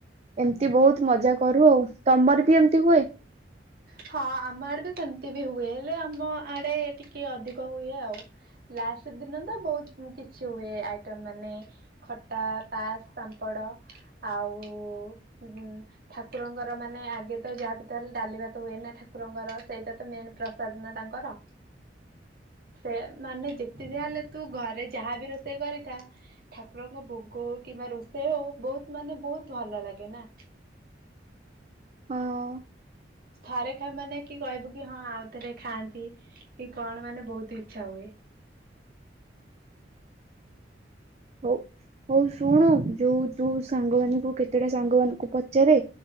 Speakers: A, on the right; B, on the right.
A: ଏମତି ବୋହୁତ ମଜା କରୁ ଆଉ ତମର ବି ଏମତି ହୁଏ?
B: ହଁ ଆମ ଆଡ଼େ ତ ସେମତି ବି ହୁଏ ହେଲେ ଆମ ଆଡେ ଟିକେ ଅଧିକ ହୁଏ ଆଉ। ଲାଷ୍ଟ ଦିନ ତ ବହୁତ ଉଁ କିଛି ହୁଏ ଆଇଟମ ମାନେ। ଖଟା ପାସ୍ ପାମ୍ପଡ଼। ଆଉ ଉଁ ଠାକୁରଙ୍କର ମାନେ ଆଗେ ତ ଯାହା ବି ତ ହେଲେ ଡାଲି ଭା ତ ହୁଏ ନା ଠାକୁରଙ୍କର ସେଇଟା ତ ମେନ ପ୍ରସାଦ ନା ତାଙ୍କର। ସେ ମାନେ ଯେତେ ଯାହେଲେ ତୁ ଘରେ ଯାହା ବି ରୋଷେଇ କରିଥା ଠାକୁରଙ୍କ ଭୋଗ ହୋଉ କିମ୍ବା ରୋଷେଇ ହଉ ବହୁତ ମାନେ ବହୁତ ଭଲ ଲାଗେ ନାଁ‌।
A: ହଁ।
B: ଥରେ ଖା ମାନେ କି କହିବୁ କି ହଁ ଆଉ ଥରେ ଖାଆନ୍ତି କି କଣ ମାନେ ବହୁତ ଇଚ୍ଛା ହୁଏ।
A: ହୋଉ। ହୋଉ ଶୁଣୁ ଯୋଉ ତୁ ସାଙ୍ଗମାନୁଙ୍କୁ କେତେଟା ସାଙ୍ଗମାନୁଙ୍କୁ ପଚାରେ।